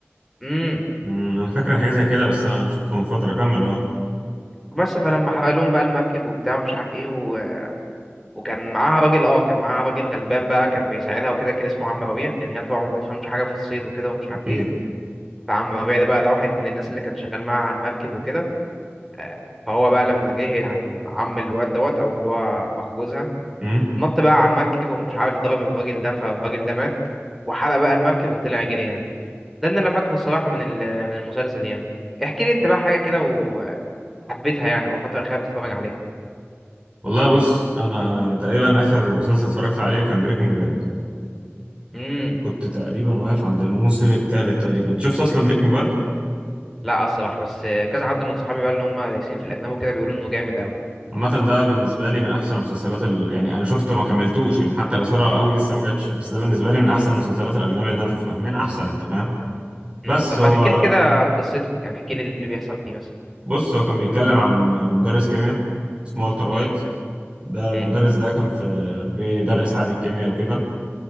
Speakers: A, in the centre; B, on the right (about 25°).
A: امم
B: أمم، انا فاكر حاجه زي كده بس انا شفته من فتره كمل اه
A: بس فلما حرق لهم بقى المركب وبتاع مش عارف ايه و... وكان معاها راجل اه كان معاها راجل غلبان بقى كان بيساعدها وكده كان اسمه عم ربيع لان هي طبعا ما بتفهمش حاجه في الصيد وكده ومش عارف
B: اوكي
A: ايه فعم ربيع ده بقى ده واحد من الناس اللي كان شغال معاها على المركب وكده آه، فهو بقى لما جه عم عم الواد دوت او اللي هو اخو جوزها
B: امم
A: نط بقى على المركب ومش عارف ضرب الراجل ده فالراجل ده مات وحرق بقى المركب وطلع يجري يعني ده اللي انا فاكره الصراحه من ال- من المسلسل يعني احكي لي انت بقى حاجه كده وحبيتها يعني او الفتره الاخيره بتتفرج عليها
B: والله بص انا تقريبا اخر مسلسل اتفرجت عليه كان بريكنج باد
A: امم
B: كنت تقريبا واقف عند الموسم الثالث تقريبا شفت اصلا بريكنج باد
A: لا الصراحه بس كذا حد من صحابي بقى اللي هم دايسين في الاجنبي وكده بيقولوا انه جامد قوي
B: عامة ده بالنسبة لي من أحسن المسلسلات ال... يعني أنا شفته ما كملتوش يعني حتى الإثارة أوي لسه ما جاتش بس ده بالنسبة لي من
A: امم
B: أحسن المسلسلات الأجنبية اللي أنا شفتها من أحسن أنت فاهم بس
A: امم طب
B: هو
A: ما تحكي لي كده قصته يعني احكي لي اللي بيحصل فيه مثلا
B: بص هو كان بيتكلم عن مدرس كيمياء اسمه والتر وايت
A: امم
B: ده المدرس
A: امم
B: ده كان في بيدرس عادي الكيمياء وكده